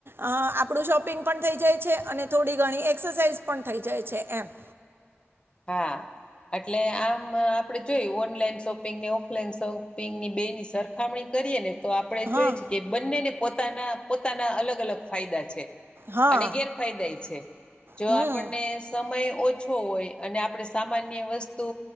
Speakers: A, on the right; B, on the left.
A: અ આપડું શોપિંગ પણ થઈ જાય છે અને થોડી ઘણી એક્સરસાઇઝ પણ થઈ જાય છે એમ
B: હા, એટલે આમ આપડી જોય ઓનલાઈન શોપિંગ ને ઓફલાઈન શોપિંગની બેની સરખામણી કરીએ ને તો આપડે
A: હા
B: જોઈએ છે કે બંનેને પોતાના પોતાના અલગ અલગ ફાયદા છે.
A: હા
B: અને ગેરફાયદાય છે જો
A: હમ
B: આપણને સમય ઓછો હોય અને આપડે સામાન્ય વસ્તુ